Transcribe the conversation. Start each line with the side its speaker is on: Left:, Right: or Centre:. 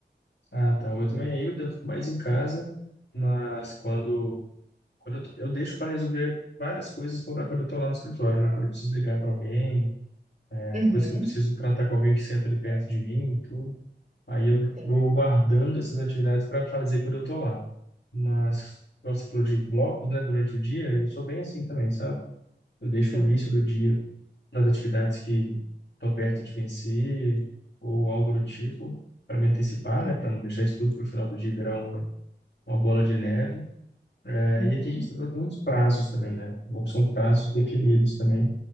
Left: Ah, tá. Eu também é eu fico mais em casa, mas quando, quando eu, tô- eu deixo para resolver várias coisas quando, quando eu estou lá no escritório, né? Quando eu preciso ligar para alguém, é,
Right: Uhum,
Left: coisa que eu preciso tratar com alguém que senta ali perto de mim e tudo. Aí eu
Right: sim,
Left: vou guardando essas atividades para fazer quando eu estou lá. Mas, igual você falou de blocos, né, durante o dia, eu sou bem assim também, sabe? Eu deixo
Right: sim.
Left: o início do dia para atividades que estão perto de vencer ou algo do tipo, para me antecipar,
Right: Uhum,
Left: né, para não deixar isso tudo para o final do dia virar um, uma bola de neve. É,
Right: uhum,
Left: e aqui a gente trabalha com muitos prazos também, né? Bom, são prazos definidos também,